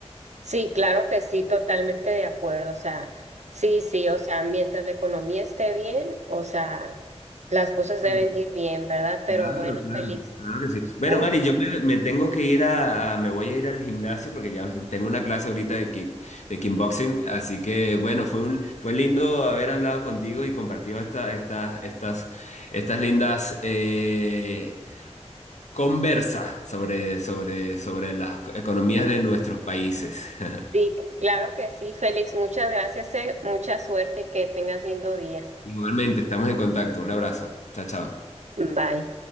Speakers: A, on the right; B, on the left.
A: Sí, claro que sí, totalmente de acuerdo. O sea, sí, sí, o sea, mientras la economía esté bien, o sea, las cosas
B: Sí.
A: deben de ir bien, ¿verdad? Pero
B: Claro,
A: bueno,
B: claro,
A: Félix,
B: claro que sí. Bueno,
A: un,
B: Mari, yo me, me tengo que ir a, a- me voy a ir al gimnasio porque ya tengo una clase ahorita de kick, de kickboxing, así que bueno, fue un, fue lindo haber hablado contigo y compartido esta, esta- estas, estas lindas eh, conversas sobre, sobre, sobre las economías de nuestros países. <laughs>
A: sí, claro que sí, Félix, muchas gracias, eh, mucha suerte y que tengas lindo día.
B: Igualmente, estamos en contacto. Un abrazo. Chao, chao.
A: Bye.